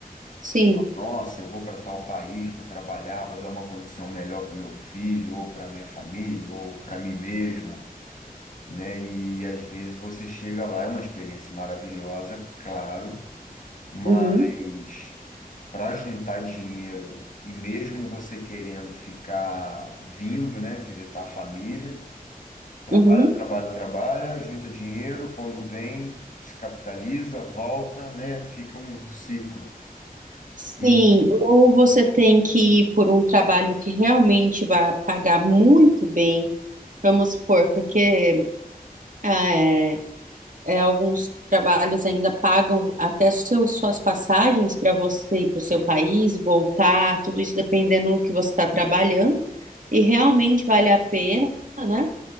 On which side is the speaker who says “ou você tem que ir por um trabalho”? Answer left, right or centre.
Right